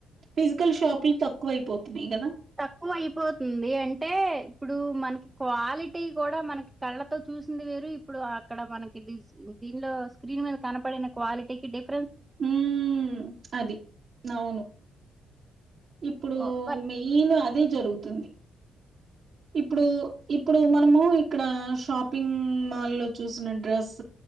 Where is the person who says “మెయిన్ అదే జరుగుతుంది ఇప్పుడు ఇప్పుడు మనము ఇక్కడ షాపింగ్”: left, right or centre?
Right